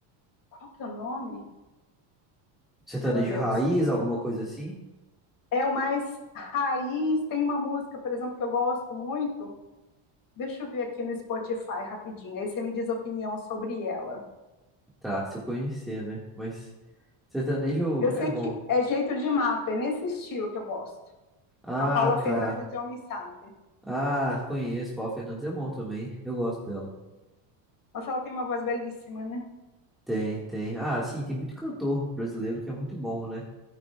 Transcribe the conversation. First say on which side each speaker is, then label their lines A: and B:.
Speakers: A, on the left (about 40°); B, in the centre.
A: Qual que é o nome?
B: Sertanejo
A: Ai, meu Deus.
B: raiz, alguma coisa assim?
A: É o mais raiz. Tem uma música, por exemplo, que eu gosto muito. Deixa eu ver aqui no Spotify rapidinho. Aí você me diz a opinião sobre ela.
B: Tá, se eu conhecer, né? Mas sertanejo
A: Eu
B: é
A: sei
B: bom.
A: que é Jeito de Mato, é nesse estilo que eu gosto.
B: Ah,
A: Com a Paula Fernandes
B: tá.
A: e o Almi Sater.
B: Ah, conheço. Paula Fernandes é bom também. Eu gosto dela.
A: Nossa, ela tem uma voz belíssima, né?
B: Tem, tem. Ah, sim, tem muito cantor brasileiro que é muito bom, né?